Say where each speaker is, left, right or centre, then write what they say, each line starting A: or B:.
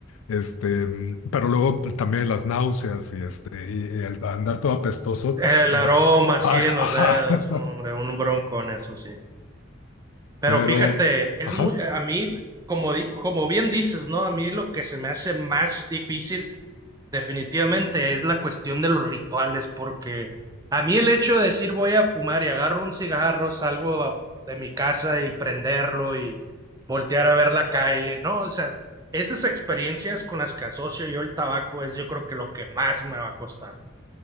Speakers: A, on the left; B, on the right.
A: Este, mm, pero luego también las náuseas y este, y, y el andar todo apestoso.
B: El
A: de-
B: aroma,
A: <laughs>
B: sí,
A: Ajá,
B: en los
A: ajá.
B: dedos, hombre, un bronco en eso, sí. Pero
A: Pero,
B: fíjate, es
A: ajá.
B: muy, a mí, como, di- como bien dices, ¿no? A mí lo que se me hace más difícil Definitivamente es la cuestión de los rituales, porque a mí el hecho de decir voy a fumar y agarro un cigarro, salgo a- de mi casa y prenderlo y voltear a ver la calle, no, o sea, esas experiencias con las que asocio yo el tabaco es yo creo que lo que más me va a costar.